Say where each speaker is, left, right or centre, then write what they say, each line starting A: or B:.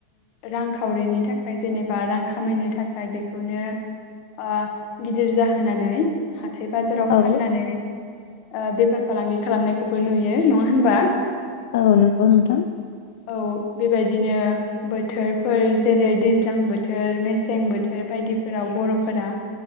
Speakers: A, on the left; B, on the left.
A: रांखावरिनि थाखाय जेनेबा रां खामायनो थाखाय बेखौनो ओ गिदिर जाहोनानै। हाथाय बाजाराव
B: औ
A: फाननानै। ओ बेफार फालांगि खालामनायखौबो नुयो नङा होनबा।
B: औ नंगौ नोंथां।
A: औ बेबायदिनो बोथोरफोर जेरै दैज्लां बोथोर मेसें बोथोर बायदिफोराव बर'फोरा।